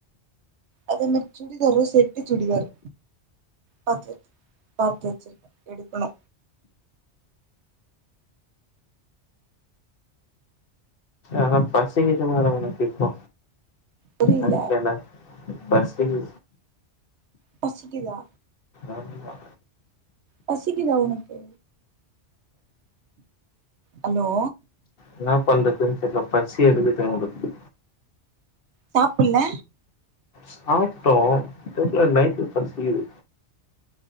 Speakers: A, on the right; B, on the left.
A: அது என்ன சூடிதாரோ செட்டு சூடிதார் பாத்து வச் பாத்து வச்சிருக்க எடுக்கணு
B: ஆனா பசிக்கிது மேடம் எனக்கு இப்போ
A: புரில
B: நைட் வேல பசிக்குது
A: பசிக்கிதா
B: ஆமா
A: பசிக்கிதா உனக்கு ஹலோ
B: என்ன பண்றதுன்னு தெரியல பசி எடுதுக்குது எனக்கு
A: சாப்பில்ல
B: சாப்ட்டோ தெர்ல நைட்டு பசிகிது